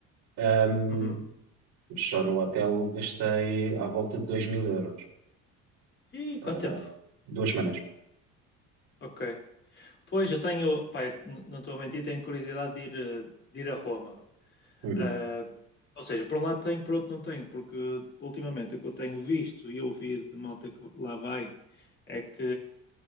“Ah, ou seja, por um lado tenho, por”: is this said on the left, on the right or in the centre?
Left